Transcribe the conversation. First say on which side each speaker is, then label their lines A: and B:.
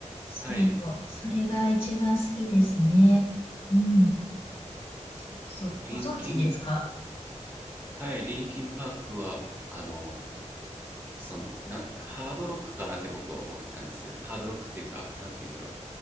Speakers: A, on the left (about 45°); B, on the right (about 15°).
A: そう、
B: はい、
A: それが一番好きですね。うん。そうそう。ご存知ですか
B: リンキン、はい、リンキンパークは、あの、その、な、ハードロックかなって僕は思ってたんですけど、ハードロックっていうか、なんて言うんだろう、